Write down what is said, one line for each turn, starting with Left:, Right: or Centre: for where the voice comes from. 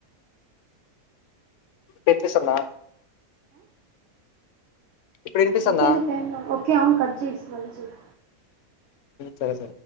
Left: ఇనిపిస్తుందా ఇప్పుడు వినిపిస్తుందా
Right: ఎంతుంది టైం ఓకే అవును కట్ చేసి మళ్ళి చేయ్
Left: సరే సరే